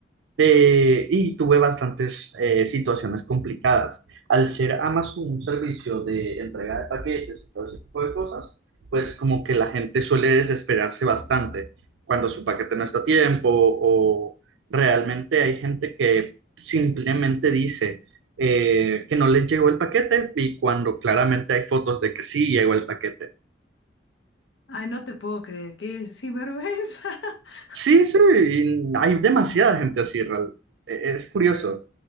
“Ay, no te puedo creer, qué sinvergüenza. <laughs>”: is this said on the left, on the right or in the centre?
Left